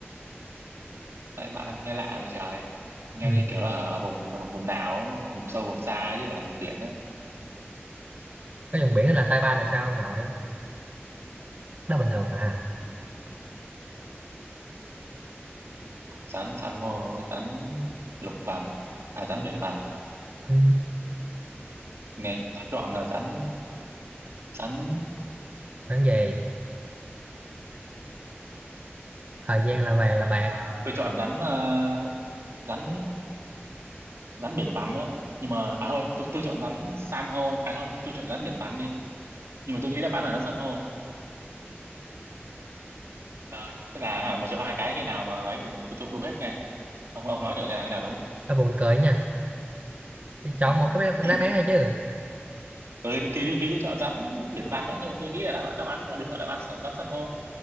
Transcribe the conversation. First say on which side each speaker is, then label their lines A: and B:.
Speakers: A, on the right; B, on the right.
A: tai ban nghe lạ vậy trời nghe
B: ừ.
A: như kiểu là ở vùng vùng nào vùng sâu vùng xa ấy, chứ không phải là vùng biển á
B: có vùng biển là tai ban là sao ông nội đó bình thường à
A: Ừm, rắn san hô với rắn lục vằn à rắn biển vằn
B: ừ.
A: nghe tôi chọn là rắn rắn
B: rắn gì thời gian là vàng là
A: à,
B: bạc
A: tôi chọn rắn à, rắn rắn biển vằn đấy nhưng mà à thôi tôi tôi chọn rắn san hô à thôi tôi chọn rắn biển vằn đi nhưng mà tôi nghĩ đáp án là rắn san hô Ờ, thế là hả, một trong hai cái cái nào mà ấy thì tôi tôi cũng đúng hết nha ông ông nói thử xem là cái nào đúng
B: Ba buồn cười nha
A: <laughs>
B: thì chọn một cái đáp án thôi chứ
A: ừ, thì, thì, thì tôi chọn rắn biển vằn đó nhưng mà tôi nghĩ là đáp án đáp án là đúng là đáp án rắn rắn san hô